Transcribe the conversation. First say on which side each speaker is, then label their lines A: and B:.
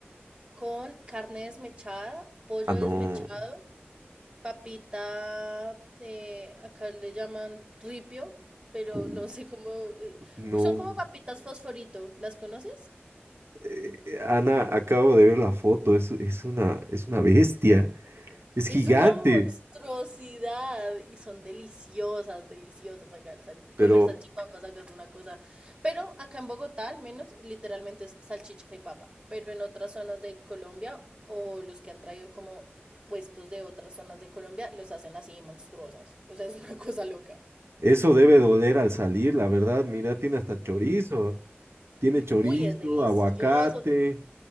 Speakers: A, on the right (about 25°); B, on the right (about 80°).
A: con carne desmechada, pollo
B: Ah, no,
A: desmechado, papita, eh, acá le llaman ripio, pero
B: Uy,
A: no sé cómo, eh,
B: no.
A: son como papitas fosforito, ¿las conoces?
B: Eh, Ana, acabo de ver la foto, es, es una, es una bestia, es
A: Es
B: gigante,
A: una monstruosidad y son deliciosas, deliciosas acá. el sal-
B: pero
A: comer salchipapas acá es una cosa. Pero acá en Bogotá, al menos, literalmente es salchicha y papa. Pero en otras zonas de Colombia o los que han traído como puestos de otras zonas de Colombia, los hacen así monstruosas. O sea, es una cosa loca.
B: eso debe doler al salir, la verdad. Mira, tiene hasta chorizo, tiene chorizo,
A: Uy, es delicioso.
B: aguacate,